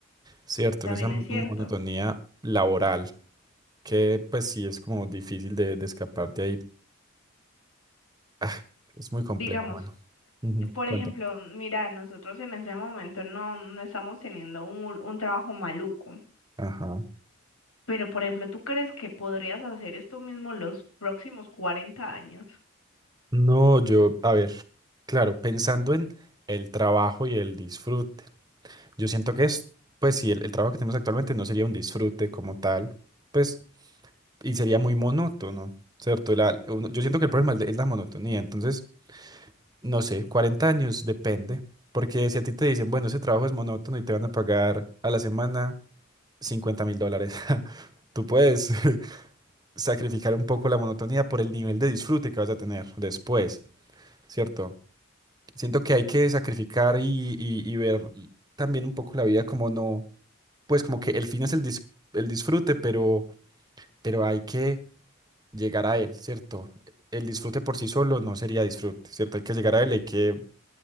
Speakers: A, on the right; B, on the left.
A: ¿cierto?
B: También
A: En esa
B: es cierto.
A: monotonía laboral, que pues sí es como difícil de, de escapar de ahí. Ah, es muy complejo,
B: Digamos.
A: mano. Ujú,
B: Por
A: Cuéntame.
B: ejemplo, mira, nosotros en ese momento no, no estamos teniendo un, un trabajo maluco,
A: Ajá.
B: pero por ejemplo, ¿tú crees que podrías hacer esto mismo los próximos cuarenta años?
A: No, yo, a ver, claro, pensando en el trabajo y el disfrute. Yo siento que es, pues sí, el, el trabajo que tenemos actualmente no sería un disfrute como tal. Pues y sería muy monótono, ¿cierto? La- uno- yo siento que el problema es, la es la monotonía, entonces, no sé, 40 años depende, porque si a ti te dicen, bueno, ese trabajo es monótono y te van a pagar a la semana cincuenta mil dólares, <laughs> tú puedes <laughs> sacrificar un poco la monotonía por el nivel de disfrute que vas a tener después, ¿cierto? Siento que hay que sacrificar y, y- y ver también un poco la vida como no, pues como que el fin es el, dis- el disfrute, pero, pero hay que... llegar a él, ¿cierto? El disfrute por sí solo no sería disfrute, ¿cierto? Hay que llegar a él, hay que